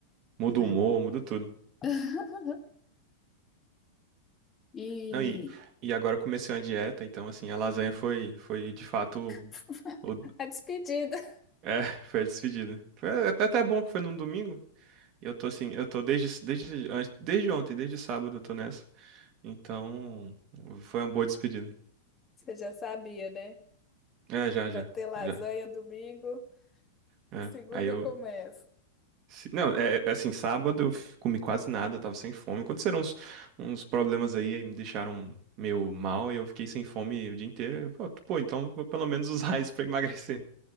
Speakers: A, on the right (about 35°); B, on the left (about 20°).
A: Muda
B: né?
A: o humor, muda tudo.
B: <laughs> E
A: Não, e, e agora eu comecei uma dieta, então assim, a lasanha foi, foi de fato
B: <laughs>
A: o, o-
B: a despedida,
A: é, <laughs> foi a despedida. Foi até, até bom que foi num domingo. Eu tô assim, eu tô desde, desde, antes- desde ontem, desde sábado eu tô nessa. Então, foi uma boa despedida.
B: você já sabia, né?
A: É, já,
B: Vai
A: já,
B: ter lasanha
A: já.
B: domingo.
A: É.
B: Segunda
A: Aí eu
B: eu começo.
A: Se- Não, é é assim, sábado eu f- comi quase nada, eu tava sem fome. Aconteceram uns, uns problemas aí, aí me deixaram meio mal e eu fiquei sem fome o dia inteiro. Eu, pô, pô, então vou pelo menos <laughs> usar isso pra emagrecer.